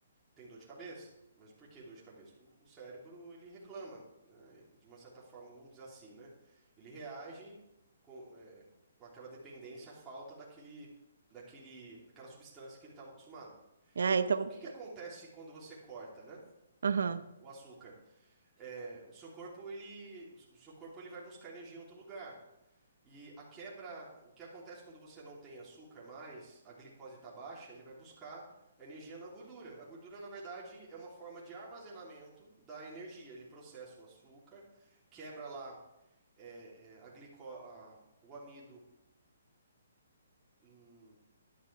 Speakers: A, on the right; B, on the right.
A: tem dor de cabeça. Mas por que dor de cabeça? O, o cérebro, ele reclama, né? Ele, De uma certa forma, vamos dizer assim, né? Ele reage com, é, com aquela dependência à falta daquele, daquele, daquela substância que ele estava acostumado.
B: É,
A: Então,
B: então.
A: o que que acontece quando você corta, né?
B: Aham.
A: O açúcar. É, o seu corpo ele, o seu corpo ele vai buscar energia em outro lugar. E a quebra, o que acontece quando você não tem açúcar mais, a glicose está baixa, ele vai buscar a energia na gordura. A gordura, na verdade, é uma forma de armazenamento da energia. Ele processa o açúcar, quebra lá é, é, a glico, a- o amido em,